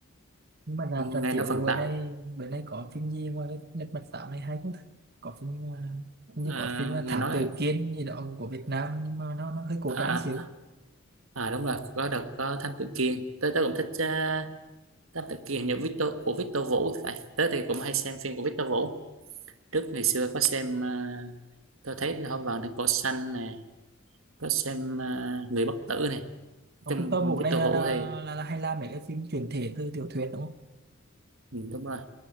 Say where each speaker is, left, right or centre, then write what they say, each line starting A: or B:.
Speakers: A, on the right (about 50°); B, on the right (about 75°).
A: nhưng mà rạp
B: nghe
A: rạp chiếu
B: nói phần
A: bữa
B: tặng
A: nay bữa nay có phim gì ngoài cái lật mặt tám này hay không ta có phim à, hình như
B: à,
A: có phim là
B: nghe
A: Thám
B: nói
A: Tử Kiên gì đó của Việt Nam nhưng mà nó nó hơi cổ
B: à,
A: trang
B: à,
A: xíu
B: à đúng rồi có đợt có Thám Tử Kiên tới tới cũng thích uh, Thám Tử Kiên hình như Victor của Victor Vũ thì phải tới thì cũng hay xem phim của Victor Vũ trước ngày xưa có xem à, tôi thấy là hôm vào đến cỏ xanh nè có xem à, người bất tử này
A: ông
B: trong
A: Victor Vũ
B: Victor
A: này là
B: Vũ
A: là,
B: thì
A: là, là hay làm mấy cái phim chuyển thể từ tiểu thuyết đúng không
B: ừ, đúng rồi